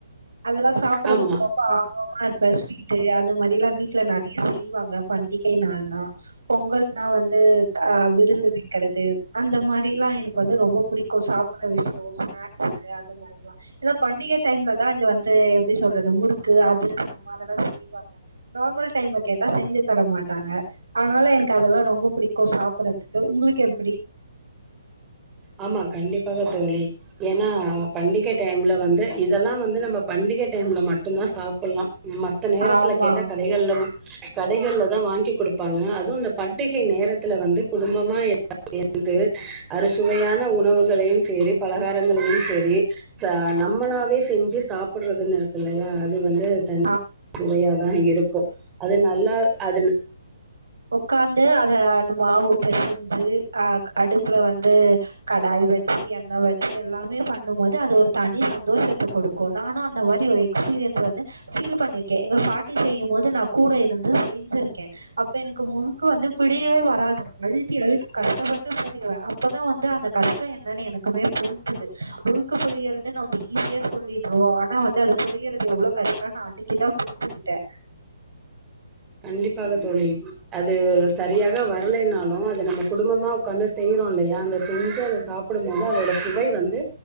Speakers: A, on the right; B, on the right.
A: அதெல்லா சாப்பிட்றதுக்கு
B: ஆமா
A: ரொம்ப ஆர்வமா இருப்ப ஸ்வீட்டு அந்த மாரிலா வீட்ல நெறைய செய்ய வாங்க பண்டிகை நாள்னா பொங்கல்னா வந்து ஆஹ்‌ விருந்து வெக்கிறது அந்த மாரில்லாம எனக்கு வந்து ரொம்ப புடிக்கும் சாப்புட்ற விஷ் யோ ஸ்நாக்ஸ் நெறையா அந்த மாரிலா ஏனா பண்டிக டைம்ல தா இங்க வந்து எப்டி சொல்றது முறுக்கு அதிரசம் அதெல்லா செய்வாங்க நார்மல் டைம்ல கேட்டா செஞ்சி தர மாட்டாங்க அதனால எனக்கு அதெல்லா ரொம்ப பிடிக்கும் சாப்புட்றதுக்கு உங்களுக்கு எப்டி
B: ஆமா கண்டிப்பாக தோழி ஏன்னா பண்டிகை டைம்ல வந்து இதெல்லா வந்து நம்ம பண்டிக டைம்ல மட்டும்தா சாப்பிட்லா மத்த நேரத்துல
A: ஆமா.
B: கேட்டா கடைகள்ல கடைகள்ல தா வாங்கி குடுப்பாங்க அதுவு இந்த பண்டிகை நேரத்துல வந்து குடும்பமா எல்லாரு சேந்து அறு சுவையான உணவுகளையும் செரி பலகாரங்களையும் செரி சா நம்மளாவே செஞ்சி சாப்பிட்றதுன்னு இருக்குல்லையா அது வந்து தனி
A: ஆ
B: சுவையா தா இருக்கும் அது நல்லா அதுன்னு
A: ஒக்காந்து அத அந்த மாவு பெசஞ் சு ஆஹ் அடுப் புல வந்து கடாய் சி என்ன வெச்சு எல்லாமே பண்ணும் மோது அது ஒரு தனி சந்தோஷத்த குடுக்கு நானு அந்த மா‌ரி ஒரு எக்ஸ்பீரியன்ஸ் வந்து ஃபீல் பண்ணிக்கே எங்கள பாட்டி செய்யு‌ போது நா கூட இருந்து செஞ்சிருக்கே அ ப எனக்கு முறுக்கு வந்து பிழியவே வராது நழுத்தி அழுத்தி கஷ்டப்பட்டு ப செய்குவே அப்பதா வந்து அந்த கஷ் து என்னென்னு எனக்குமே புரிஞ்சது முறு கு புழியற த நம்ம ஈஸியா சொல்லிட்றோ ஆனா வந்து அது புழியறது எவ்ளோ கஷ்டோனு நா அன்னிக்குதா புரிஞ்சுகிட்டே
B: கண்டிப்பாக தோழி அது சரியாக வரலைனாலோ அத நம்ம குடும்பமா ஒக்காந்து செய்யறோலியா அந்த செஞ்ச அத சாப்புடும் போது அதோட சுவை வந்து